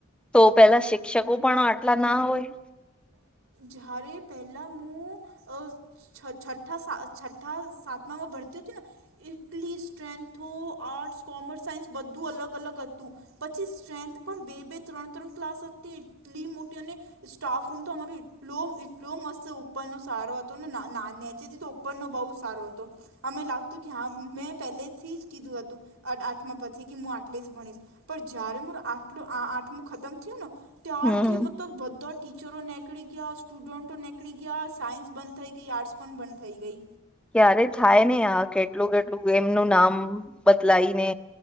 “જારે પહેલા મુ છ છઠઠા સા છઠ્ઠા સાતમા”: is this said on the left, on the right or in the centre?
Right